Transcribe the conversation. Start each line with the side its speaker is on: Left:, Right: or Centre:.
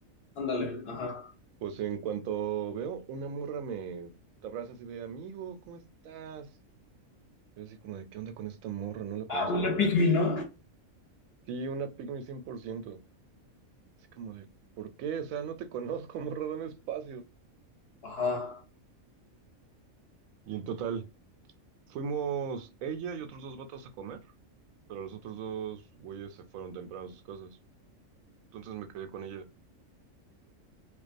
Left: Ándale, ajá.
Right: Pues en cuanto veo, una morra me abraza así de, amigo, ¿cómo estás? Yo así como de, ¿qué onda con esta morra? No la conozco.
Left: Ah, una pygmy, ¿no?
Right: Sí, una pygmy 100%. Así como de, ¿por qué? O sea, no te <laughs> conozco, morra, dame espacio.
Left: Ajá.
Right: Y en total, fuimos ella y otros dos vatos a comer, pero los otros dos güeyes se fueron temprano a sus casas. Entonces me quedé con ella.